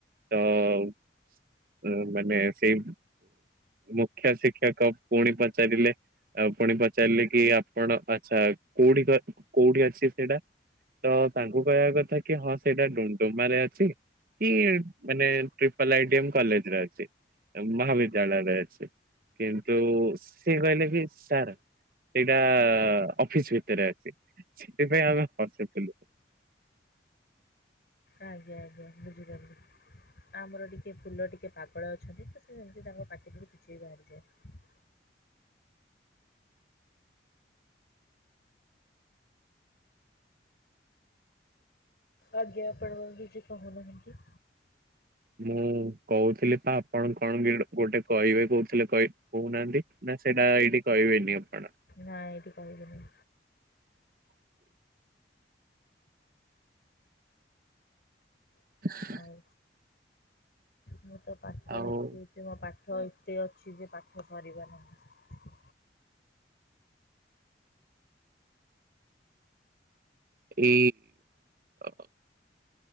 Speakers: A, on the right; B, on the left.
A: ତ - ହଁ ମାନେ ସେ ମୁଖ୍ୟ ଶିକ୍ଷକ ପୁଣି ପଚାରିଲେ ଆଉ ପୁଣି ପଚାରିଲେ କି ଆପଣ ଆଛା କୋଉଠି କ କୋଉଠି ଅଛି ସେଇଟା। ତ ତାଙ୍କୁ କହିବା କଥାକି ହଁ ସେଇଟା ଡୁ ଡୁ ଡୁମାରେ ଅଛି କି ମାନେ ଟ୍ରିପଲ୍ ଆଇଡ଼ିଅମ କଲେଜେ ରେ ଅଛି ମହାବିଦ୍ୟାଳୟ ରେ ଅଛି। କିନ୍ତୁ ସେ କହିଲେକି ସାର ସେଇଟା ଅଫିସ ଭିତରେ ଅଛି ସେଇଥିପାଇଁ ଆମେ <unintelligible> ଥିଲୁ।
B: ଆଜ୍ଞା ଆଜ୍ଞା ବୁଝିପାରିଲି। ଆମର ଟିକେ ଫୁଲ ଟିକେ ପାଗଳ ଅଛନ୍ତି ତ ସେ ସେମତି ତାଙ୍କ ପାଟିକୁ ବି କିଛି ବି ବାହାରିଯାଏ। ଆଜ୍ଞା ଆପଣ କଣ କିଛି କହୁନାହାନ୍ତି?
A: ମୁଁ କହୁଥିଲି ପା ଆପଣ କଣ ଗୋଟେ କହିବେ କହୁଥିଲେ କ କହୁନାହାନ୍ତି ନା ସେଇଟା ଏଇଠି କହିବେନି ଆପଣ?
B: ନାଇଁ ଏଇଠି କହିବନି
A: <inaudible>
B: ହଉ ମୁଁ ତ ପାଠ
A: ଆଉ
B: ଲେଖିହେଇଯିବ ପାଠ ଏତେ ଅଛି ଯେ ପାଠ ସରିବ ନାହିଁ।
A: ଏଇ ଅ,